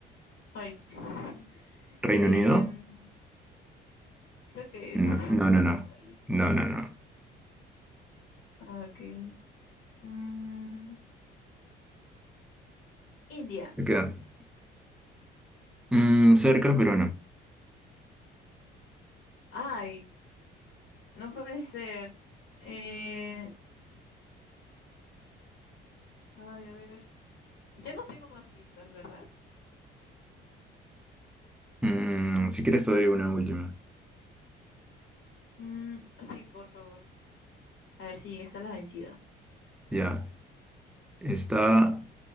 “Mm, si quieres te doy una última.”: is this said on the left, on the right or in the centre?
Centre